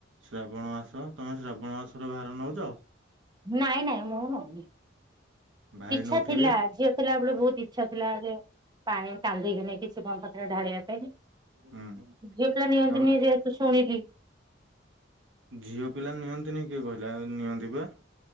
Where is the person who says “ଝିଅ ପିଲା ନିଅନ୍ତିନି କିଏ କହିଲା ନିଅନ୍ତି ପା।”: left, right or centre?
Right